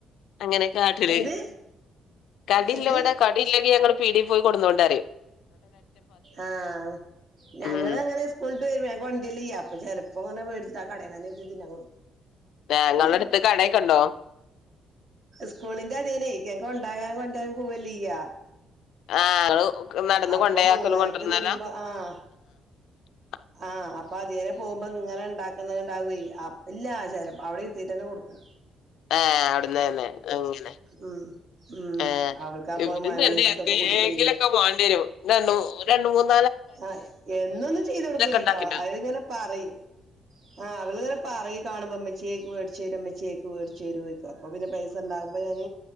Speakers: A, on the left; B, on the right.
A: അങ്ങനെ കാട്ടില്
B: എന്ത്
A: കടില്ല
B: എന്ത്
A: ഇബടെ കടി ഞങ്ങള് പീടി പോയി കൊടുന്നോണ്ട് അറീം
B: ആഹ് ഞങ്ങള്
A: ഉം
B: അങ്ങനെ സ്കൂൾ ഇട്ട് വരുമ്പോ ഞങ്ങ വണ്ടി ല്ല്യ അപ്പ ചെലപ്പോ അങ്ങന വേടിച്ചിട്ട് ആ കടേ തന്നെ തിന്നാൻ കൊടും
A: ഞങ്ങളുടെ
B: ഞാന്
A: അടുത്ത് കടയൊക്കെ ഉണ്ടോ
B: സ്കൂളിന്റെ അതിനേ ഞാൻ കൊണ്ടാകാൻ കൊണ്ടരാനും പോവല്ലേ ചെയ്യാ
A: ആ ഇങ്ങള് നടന്ന്
B: അപ്പൊ
A: കൊണ്ടെയാക്കലും
B: മൂന്നരക്ക്
A: കൊണ്ടരുന്നല്ലോ
B: വിടുമ്പോ ആഹ്
A: ആ
B: ആഹ് അപ്പൊ അതിയേരെ പോകുമ്പോ ഇങ്ങനെ ഇണ്ടാക്ക ക്കണ്ടാവേ അപ്പം ഇല്ല ആ ചെലപ്പം അവിടെ ഇരുത്തിയിട്ട് തന്നെ കൊടുക്ക
A: ആഹ് അവിടന്ന് തന്നെ അങ്ങനെ
B: ഉം ഉം
A: ആ
B: അവൾക്കപ്പ
A: ഇവിട
B: മയോണീസ്
A: തന്നെ
B: ഇതൊക്കെ
A: എന്തെങ്ങിലും
B: കൂട്ടി തിന്ന്ണ
A: ഒക്കെ വാണ്ടി വരും ര രണ്ട് മൂന്ന്
B: ആഹ് എന്നൊന്നും ചെയ്ത് കൊടുക്കൂലട്ടോ
A: ഉണ്ടാക്കിട്ടും
B: അത്ങ്ങനെ പറയും ആഹ് അവള്ങ്ങനെ പറയും കാണുമ്പോ ഇമ്മ ചേക്ക് മേടിച്ച് വരും മ്മ ച്ചേക്ക് മേടിച്ചരും ക്ക അപ്പോ പിന്നെ പൈസ ഉണ്ടാകുമോൾ ഞാൻ